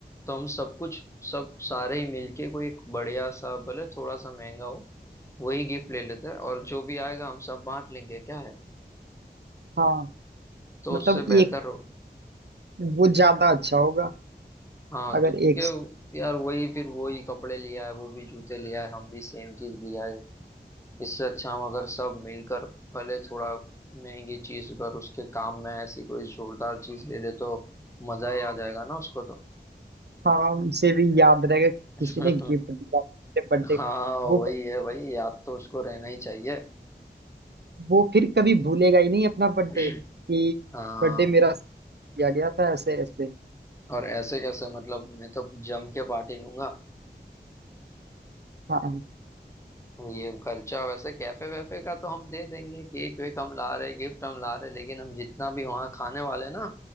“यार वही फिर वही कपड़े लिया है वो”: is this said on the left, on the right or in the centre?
Left